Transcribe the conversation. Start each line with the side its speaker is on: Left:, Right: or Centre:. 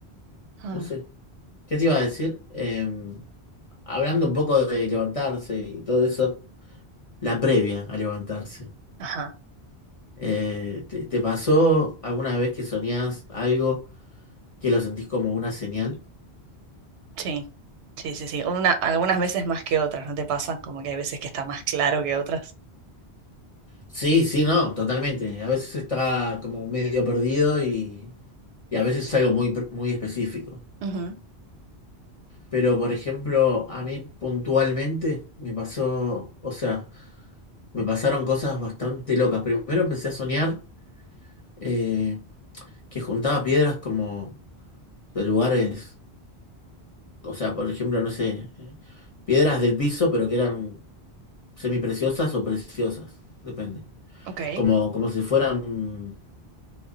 Right: Ah,
Left: no sé. ¿Qué te iba a decir? Eh, Hablando un poco de levantarse y todo eso, la previa a levantarse.
Right: Ajá,
Left: Eh, ¿te, te pasó alguna vez que soñás algo que lo sentís como una señal?
Right: sí, sí, sí, sí. Una, algunas veces más que otras, ¿no te pasa? Como que hay veces que está más claro que otras.
Left: Sí, sí, no, totalmente. A veces está como medio perdido y, y a veces es algo muy, pr- muy específico.
Right: Ujú,
Left: Pero, por ejemplo, a mí puntualmente me pasó, o sea, me pasaron cosas bastante locas. Primero empecé a soñar eh, que juntaba piedras como de lugares. O sea, por ejemplo, no sé, eh, piedras del piso, pero que eran semipreciosas o preciosas, depende.
Right: Ok,
Left: Como, como si fueran,